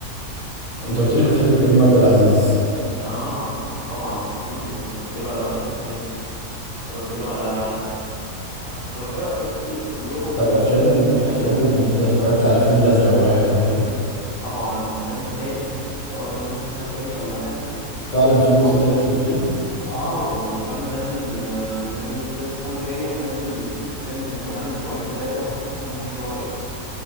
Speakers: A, on the left; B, on the left.
A: ولا
B: انت
A: انت
B: قلت
A: ايه رايك
B: لي بتحب كريم عبد العزيز
A: اه طبعا ده حبيبي انا اتفرجت له على واحد من الناس اتفرجت له على اتفرجت له على افلام كتير كلهم
B: طب افلامه
A: نفس الشكل
B: افلامه الجديده اتفرجت على فيل الازرق واحد واتنين
A: طبعا ومستني التالت ان شاء الله نازل السنه الجايه ولا حاجه
B: فعلا في جزء
A: تحفه
B: تالت للفيلم
A: اه وكمان نازل آه، نازل الجزء التالت السنه الجايه ونازل فيلم كمان اسبوعين ثلاثه اسمه مشروع اكس